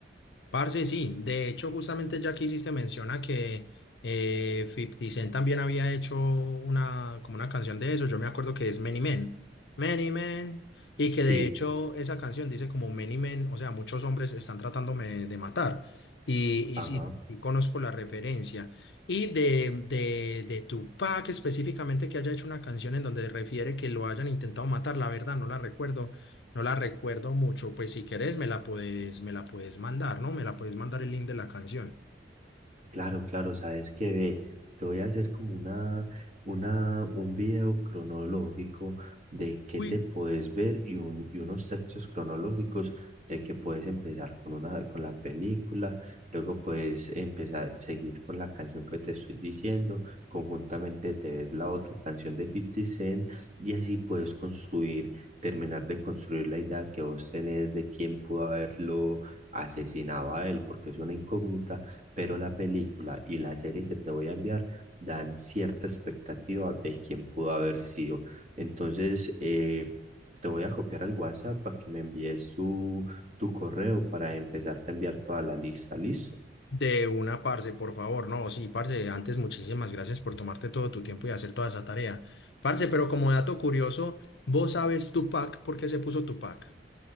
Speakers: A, on the left (about 70°); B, on the right (about 45°).
A: Parce, sí, de hecho justamente ya que hiciste menciona que eh, 50 Cent también había hecho una, como una canción de eso, yo me acuerdo que es Many Men, Many Men, y que
B: Sí,
A: de hecho esa canción dice como Many Men, o sea, muchos hombres están tratándome de matar, y,
B: ajá.
A: y sí, sí, sí conozco la referencia, y de, de, de Tupac específicamente que haya hecho una canción en donde refiere que lo hayan intentado matar, la verdad no la recuerdo no la recuerdo mucho, pues si querés me la puedes, me la puedes mandar, ¿no? Me la puedes mandar el link de la canción.
B: Claro, claro, sabes que ve, te voy a hacer como una, una, un video cronológico de qué
A: Uy,
B: te puedes ver y, un, y unos textos cronológicos de que puedes empezar con una, con la película, luego puedes empezar, seguir con la canción que te estoy diciendo, conjuntamente te ves la otra canción de 50 Cent y así puedes construir, terminar de construir la idea que vos tenés de quién pudo haberlo asesinado a él, porque es una incógnita pero la película y la serie que te voy a enviar dan cierta expectativa de quién pudo haber sido. Entonces, eh, te voy a copiar al WhatsApp para que me envíes tu, tu correo para empezarte a enviar toda la lista. ¿Listo?
A: De una, parce, por favor. No, sí, parce, antes muchísimas gracias por tomarte todo tu tiempo y hacer toda esa tarea. Parce, pero como dato curioso, ¿vos sabes Tupac por qué se puso Tupac?